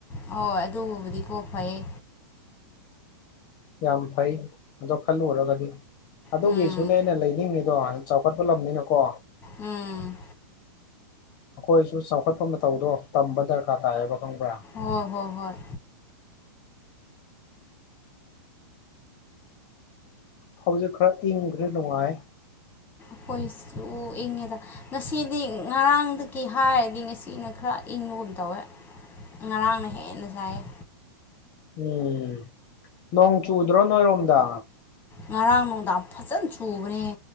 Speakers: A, on the left; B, on the left.
A: ꯍꯣ ꯑꯗꯨꯒꯕꯨꯗꯤ ꯀꯣ ꯐꯩꯌꯦ
B: ꯌꯥꯝ ꯐꯩ ꯑꯗꯣ ꯈꯜꯂꯨꯔꯒꯗꯤ ꯑꯗꯨꯒꯤꯁꯨꯅꯦ
A: ꯎꯝ
B: ꯑꯩꯅ ꯂꯩꯅꯤꯡꯉꯤ ꯗꯣ ꯆꯥꯎꯈꯠꯄ ꯂꯝꯅꯤꯅꯀꯣ
A: ꯎꯝ
B: ꯑꯩꯈꯣꯏꯁꯨ ꯆꯥꯎꯈꯠꯄ ꯃꯇꯧꯗꯣ ꯇꯝꯕ ꯗꯔꯀꯥꯔ ꯇꯥꯏꯌꯦꯕ ꯈꯪꯕ꯭ꯔꯥ
A: ꯍꯣ ꯍꯣ ꯍꯣꯏ
B: ꯍꯧꯎꯖꯤꯛ ꯈꯔ ꯏꯪꯒ꯭ꯔꯦ ꯅꯨꯡꯉꯥꯏ
A: ꯑꯩꯈꯣꯏꯁꯨ ꯏꯪꯉꯦꯗ ꯉꯁꯤꯗꯤ ꯉꯔꯥꯡꯗꯒꯤ ꯍꯥꯏꯔꯗꯤ ꯉꯁꯤꯅ ꯈꯔ ꯏꯪꯕꯒꯨꯝ ꯇꯧꯋꯦ ꯉꯔꯥꯡꯅ ꯍꯦꯟꯅ ꯁꯥꯏꯌꯦ
B: ꯎꯝ ꯅꯣꯡ ꯆꯨꯗ꯭ꯔꯣ ꯅꯣꯏꯔꯣꯝꯗ
A: ꯉꯔꯥꯡ ꯅꯨꯡꯗꯥꯡ ꯐꯠꯖꯅ ꯆꯨꯕꯅꯦ